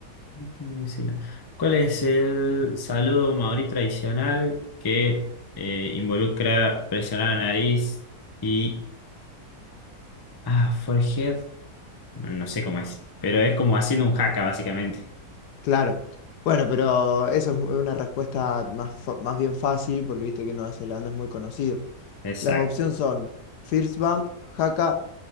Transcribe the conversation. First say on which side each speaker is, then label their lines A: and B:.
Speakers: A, on the left (about 25°); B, on the left (about 85°).
A: ¿cómo decirlo? ¿Cuál es el saludo maorí tradicional que eh, involucra presionar la nariz y ah, forehead? No sé cómo es. Pero es como haciendo un haka, básicamente.
B: Claro. Bueno, pero eso es una respuesta más, fa- más bien fácil porque viste que Nueva Zelanda es muy conocido.
A: Exacto.
B: Las opciones son First Bump, Haka,